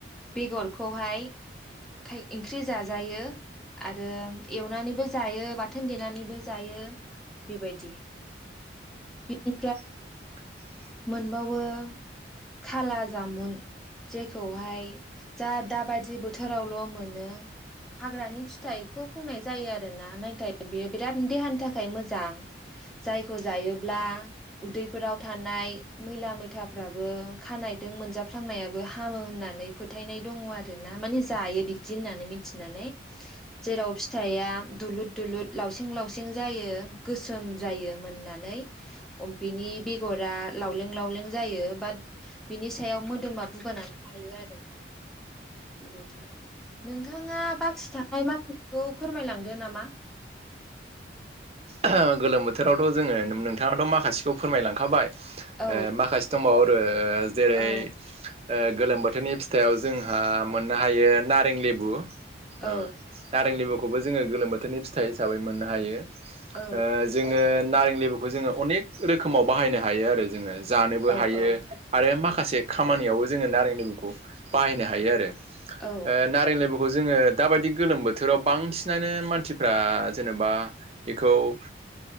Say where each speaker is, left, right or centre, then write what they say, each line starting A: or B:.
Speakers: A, in the centre; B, on the right.
A: बेगरखौहाय खाय ओंख्रि जाजायो आरो एवनानैबो जायो बाथोन देनानैबो जायो बेबायदि। बेनिफ्राय
B: <inaudible>
A: मोनबावो खाला जामुन जेखौहाय जा दाबादि बोथोरावल' मोनो हाग्रानि फिथाइखौ बुंनाय जायो आरोना नाथाय बेयो बिराद देहानि थाखाय मोजां। जायखौ जायोब्ला उदैफोराव थानाय मैला मैथाफ्राबो खानाय दों मोनजाफ्लांनायाबो हामो होननानै फोथायनाय दङ आर ना माने जायो बिदि होननानै मिथिनानै। जेराव फिथाइया दुलुर दुलुद लावसिं लावसिं जायो। गोसोम जायो मोननानै। अ बेनि बेगरा लावलें लावलें जायो बाट बिनि सायाव मोदोमा बुगा नानै थायो आरोना, बेबायदि। नोंथाङा बाखि थानाय माखासिखौ फोरमायलांदो नामा?
B: ओ गोलोम बोथोरावथ' जोङो नोंथाङाथ' माखासेखौ फोरमायलांखाबाय ओ
A: औ
B: माखासे दंबावो आरो जेरै
A: औ
B: ओ गोलोम बो थोरनि फिथाइआव जोंहा मोननो हायो नारें लेबु ओ
A: औ
B: नारें लेबु खौबो जोङो गोलोम बोथोरनि फिथाइ हिसाबै मोननो हायो।
A: औ
B: ओ जोङो नारें लेबुखौ जोङो अनेक रोखोमाव बाहायनो हायो आरो जोङो। जानोबो
A: औ
B: हायो
A: औ
B: आरो माखासे खामानियावबो जोङो नारें लेबुखौ बाहायनो हायो आरो।
A: औ
B: ओ नारें लेबु खौ जोङो दाबायदि गोलोम बोथोराव बांसिनानो मानसिफ्रा जेनेबा बेखौ ओ